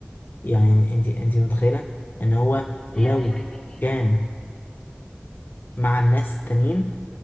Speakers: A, on the left (about 50°); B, on the left (about 15°).
A: يعني أنت أنت متخيلة إن هو
B: هي
A: لو
B: دي حقيقة
A: كان مع الناس التانيين